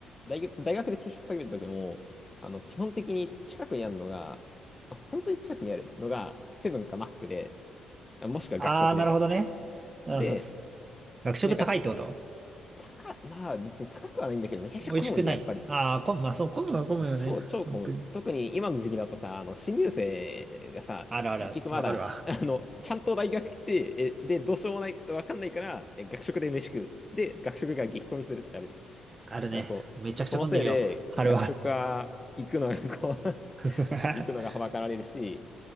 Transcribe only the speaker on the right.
ああ、なるほどね。なるほど。
学食高いってこと
美味しくないああー、
混む、まあそう、混むは混むよね。
本当に。
あるあるある。
わかるわ。
あるね。
めちゃくちゃ混んでるよ。
あれは。
<laughs>